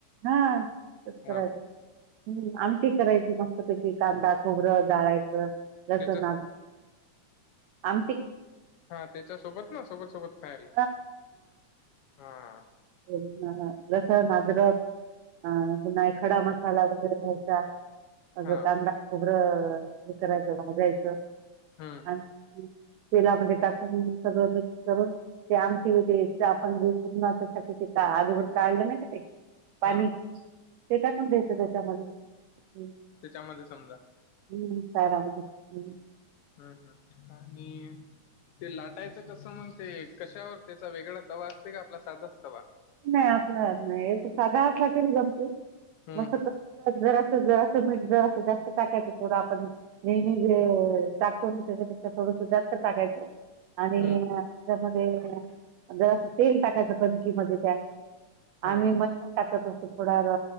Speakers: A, on the right (about 75°); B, on the left (about 70°).
A: हा तसं
B: हा
A: करायचं.
B: हा
A: हम्म आमटी करायची मस्त त्याकी कांदा खोबरं जाळायचं लसन
B: त्याच्या
A: आ आमटी
B: हा त्याच्या सोबत ना सोबत सोबत खायला
A: हा
B: हा.
A: त्यांना लसन, अदरक अ <unintelligible> खडा मसाला वगैरे घ्यायचा अगं
B: हा
A: कांदा खोबरं हे करायचं भाजायचं
B: हम्म
A: आणि तेलामध्ये टाक कुन सगळं मिक्स करून ते आमटी होती त्या आपण <unintelligible> टाकायचे का अगोदर काढलं नाही का ते पाणी.
B: हा
A: ते टकून द्यायचं त्याच्यामध्ये हम्म.
B: त्याच्या मले समला.
A: हम्म सारा आमले हम्म.
B: हम्म हम्म आणि ते लाटायचं कसं मग ते कशावर त्याचा वेगळा तवा असते का आपला सादच तवा?
A: नाही असं नाही साधा असला तरी जमते
B: हम्म
A: म सका जरा सा जरा सा मीठ जर सा जास्त टाकायचं थोडं आपण. नेहमी जे टाकतो ना त्याच्यापेक्षा थोडसा जास्त टाकायचं. आणि
B: हम्म हम्म
A: आ त्यामध्ये जर असं तेल टाकायचं कणकी मध्ये त्या.
B: हा
A: आम्ही म <inaudible> टाकत असं थोडं र